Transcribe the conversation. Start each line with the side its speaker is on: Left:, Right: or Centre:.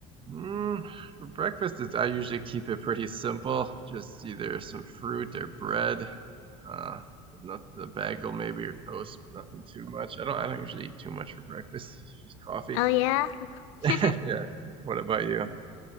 Right: Mm, for breakfast, I usually keep it pretty simple. Just either some fruit or bread. Uh, not the bagel maybe or toast, but nothing too much. I don't. I don't usually eat too much for breakfast. <laughs> Just coffee.
Left: Oh yeah.
Right: <laughs>
Left: <laughs>
Right: Yeah. What about you?